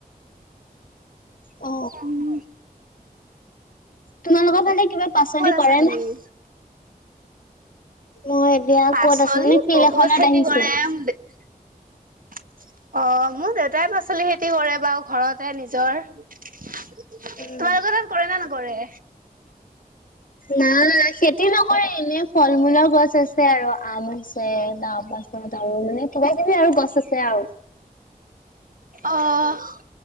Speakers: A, on the left (about 60°); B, on the right (about 65°).
A: অ
B: উম।
A: তোমালোকৰ ফালে কিবা পাচলি কৰে
B: আছা তুমি?
A: নে? মই এতিয়া
B: পাচলি
A: ক'ত আছো মানে ফিল্ড
B: বহুত
A: এখনত
B: খেতি
A: আহিছো।
B: কৰে। অ', মোৰ দেউতাই পাচলি খেতি কৰে বাৰু, ঘৰতে নিজৰ তোমালোকৰ
A: উম
B: তাত কৰে নে নকৰে?
A: নাই, খেতি নকৰে এনে ফল- মূলৰ গছ আছে আৰু আম আছে, তাৰপাছত আৰু মানে কিবা কিবি আৰু গছ আছে আৰু।
B: অ',